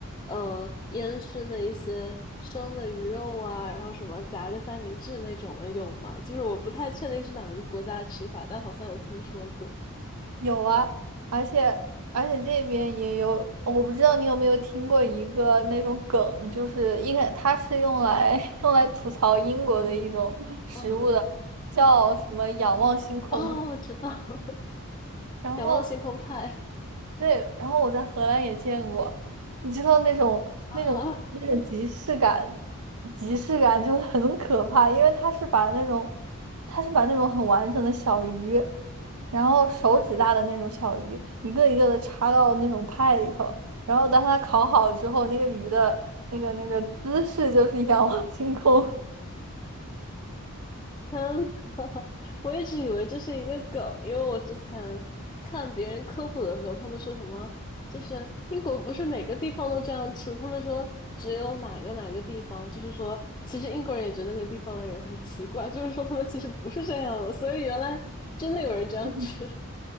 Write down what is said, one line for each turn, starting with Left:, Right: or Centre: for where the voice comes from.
Left: 呃，烟熏的一些生的鱼肉啊，然后什么夹个三明治那种的有吗？就是我不太确定是哪个国家的吃法，但好像有听说过。
Right: 有啊，而且而且这边也有，我不知道你有没有听过一个那种梗，就是一开它是用来 <laughs> 用来吐槽英国的一种食物的，
Left: 嗯，
Right: 叫什么仰望星空。
Left: 哦，我知道，<laughs>
Right: 然后
Left: 仰望星空派
Right: 对，然后我在荷兰也见过，你知道那种那种那种即视感，
Left: 啊，
Right: 即视感就很可怕，因为他是把那种他是把那种很完整的小鱼，然后手指大的那种小鱼，一个一个的插到那种派里头，然后当它烤好之后，那个鱼的那个那个姿势就是仰望星空。
Left: 嗯。我一直以为这是一个梗，因为我之前看别人科普的时候，他们说什么就是英国不是每个地方都这样吃，他们说只有哪个哪个地方，就是说其实英国人也觉得那个地方的人很奇怪，就是说他们其实不是这样的，所以原来真的有人这样吃，
Right: <laughs>